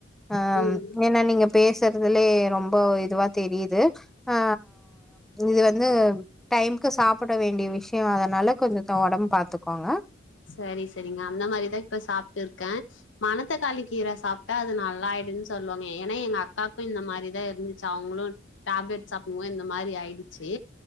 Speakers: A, in the centre; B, on the left.
A: ஆ
B: ம்
A: ஏனா நீங்க பேசறதுலயே ரொம்ப இதுவா தெரியுது ஆ இது வந்து டைமுக்கு சாப்ட வேண்டிய விஷ்யோ அதனால கொஞ்சத்த ஒடம் பாத்துக்கோங்க
B: சரி சரிங்க அந்த மாரிதா இப்ப சாப்ட்ருக்கே மணத்தக்காளி கீர சாப்டா அது நல்லா ஆயிடுன் சொல்வாங்க ஏனா எங்க அக்காக்கு இந்த மாரிதா இருந்துச்சு அவுங்ளு டேப்லெட் சாப்டுமோ இந்த மாரி ஆய்டுச்சி